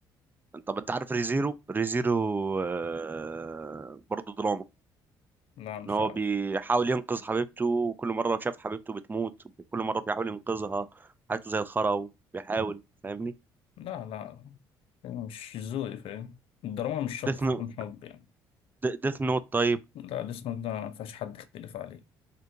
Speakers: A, on the right; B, on the left.
A: طب انت عارف ريزيرو ريزيرو آه... برضه دراما
B: لا مش
A: ان هو
B: عارف
A: بيحاول ينقذ حبيبته وكل مره شاف حبيبته بتموت وكل مره بيحاول ينقذها حياته زي الخرا وبيحاول فاهمني
B: لا لا مش ذوقي فاهم الدراما مش شرط
A: ديث
B: تكون
A: نوت
B: حب يعني
A: ديث نوت. طيب
B: لا ده اسمه ده ما فيهاش حد يختلف عليه